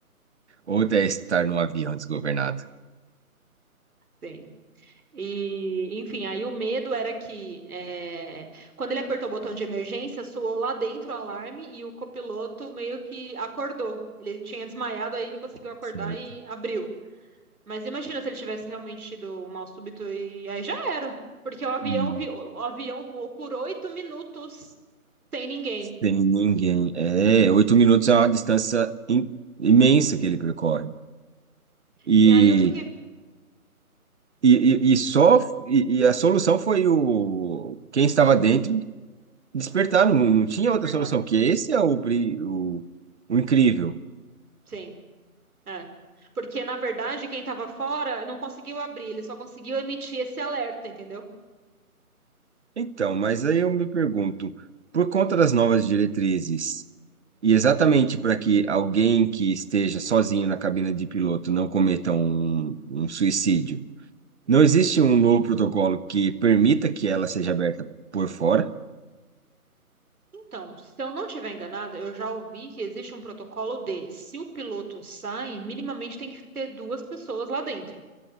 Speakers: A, on the right (about 50°); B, on the right (about 75°).
A: outra é estar num avião desgovernado.
B: Sim. E, enfim, aí o medo era que eh, quando ele apertou o botão de emergência, soou lá dentro o alarme e o copiloto meio que acordou. Ele tinha desmaiado, aí ele conseguiu acordar
A: Certo.
B: e abriu. Mas imagina se ele tivesse realmente tido um mal súbito e aí já era. Porque o avião,
A: E
B: vi- o avião voou por oito minutos sem ninguém.
A: sem ninguém. É, oito minutos é uma distância im- imensa que ele percorre. E,
B: E aí eu fiquei
A: e, e e só e, e a solução foi o quem estava dentro. despertar, não, não tinha
B: despertar.
A: outra solução, que esse é o, bri- o, o incrível.
B: Sim, é. Porque, na verdade, quem estava fora não conseguiu abrir, ele só conseguiu emitir esse alerta, entendeu?
A: Então, mas aí eu me pergunto, por conta das novas diretrizes, e exatamente para que alguém que esteja sozinho na cabina de piloto não cometa um, um suicídio, não existe um novo protocolo que permita que ela seja aberta por fora?
B: Então, se eu não estiver enganada, eu já ouvi que existe um protocolo de, se o piloto sai, minimamente tem que ter duas pessoas lá dentro.